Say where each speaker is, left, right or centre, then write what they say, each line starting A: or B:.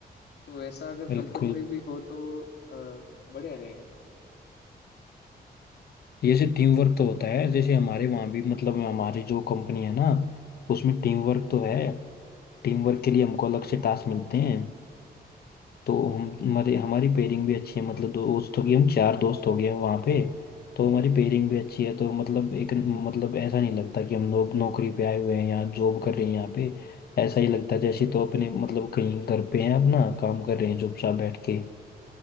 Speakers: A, on the left; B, on the left.
A: तो ऐसा अगर
B: बिल्कुल
A: कंपनी में भी हो तो अ, बढ़िया रहेगा
B: जैसे टीम वर्क तो होता है जैसे हमारे वहाँ भी मतलब हमारी जो कंपनी है ना उसमें टीम वर्क तो है टीम वर्क के लिए हमको अलग से टास्क मिलते हैं तो हम हमारे हमारी पेयरिंग भी अच्छी है मतलब दोस्त हो गए हम चार दोस्त हो गए हैं वहाँ पे तो हमारी पेयरिंग भी अच्छी है तो मतलब एक मतलब ऐसा नहीं लगता कि हम नौ, नौकरी पे आए हुए हैं या जॉब कर रहे हैं यहाँ पे ऐसा ही लगता है जैसे तो अपने मतलब कहीं घर पे हैं अपना काम कर रहे हैं चुपचाप बैठ के